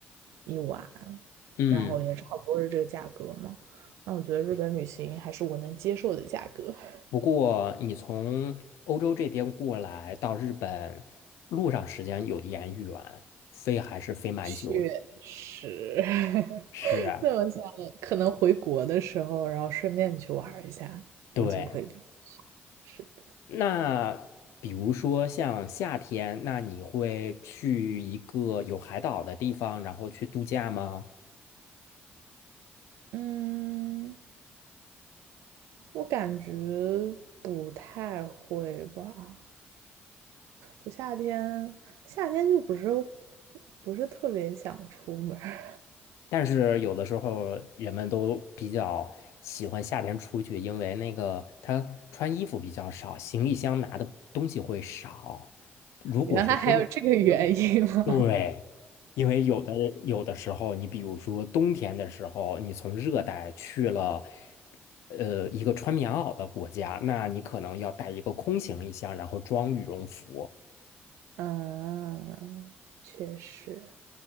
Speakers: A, on the right; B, on the left.
A: 一晚，
B: 嗯，
A: 然后也差不多是这个价格嘛。那我觉得日本旅行还是我能接受的价格。<laughs>
B: 不过你从欧洲这边过来到日本，路上时间有点远，飞还是飞蛮久的。
A: 确实，<laughs>
B: 是啊
A: 那我想可能回国的时候，然后顺便去玩儿一下，
B: 对。
A: 估计会是的。
B: 那比如说像夏天，那你会去一个有海岛的地方，然后去度假吗？
A: 嗯，我感觉不太会吧。我夏天夏天就不是不是特别想出门儿
B: 但是有的时候人们都比较喜欢夏天出去，因为那个他穿衣服比较少，行李箱拿的东西会少。如果是冬
A: <laughs> 原来还有这个原因吗？
B: 对，
A: <laughs>
B: 因为有的有的时候，你比如说冬天的时候，你从热带去了，呃，一个穿棉袄的国家，那你可能要带一个空行李箱，然后装羽绒服。
A: 嗯，确实，